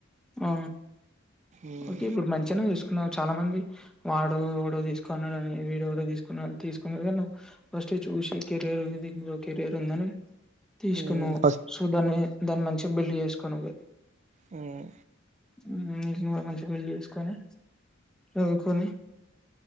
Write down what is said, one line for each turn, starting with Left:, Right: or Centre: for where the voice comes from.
Centre: ఆ
Right: ఉమ్,
Centre: ఓకే ఇప్పుడు మంచిగానే తీస్ చాలా మంది వాడు ఎవడో తీసుకున్నాడుని వీడెవడో తీసుకున్నా తీసుకున్న ఏదన్నా ఫస్ట్ మంచి చూసి కెరీర్ దీంట్లో కెరీర్ ఉందనీ తీసుకున్నా
Right: ఉమ్, ఫస్ట్
Centre: సో దాన్ని దాన్ని మంచిగా బిల్డ్ చేసుకొడమే
Right: హమ్
Centre: హమ్ ఈ సేమ్ కూడా మంచిగా బిల్డ్ చేసుకొని చదువుకొని